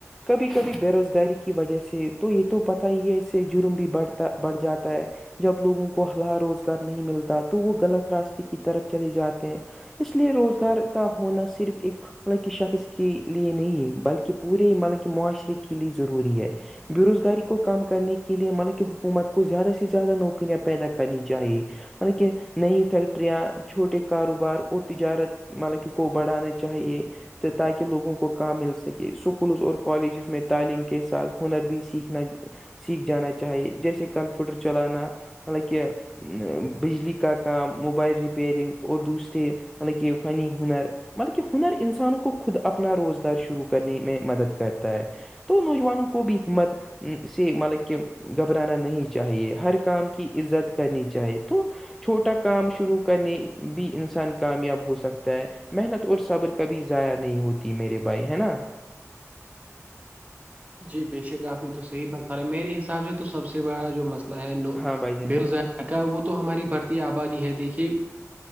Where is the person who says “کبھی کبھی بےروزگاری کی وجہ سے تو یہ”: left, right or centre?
Centre